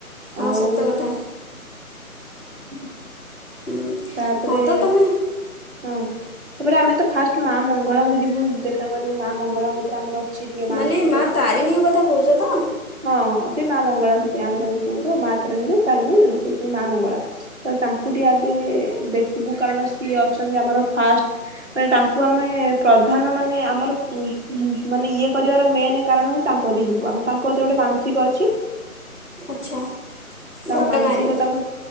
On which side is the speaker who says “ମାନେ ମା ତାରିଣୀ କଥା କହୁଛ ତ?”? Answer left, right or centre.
Left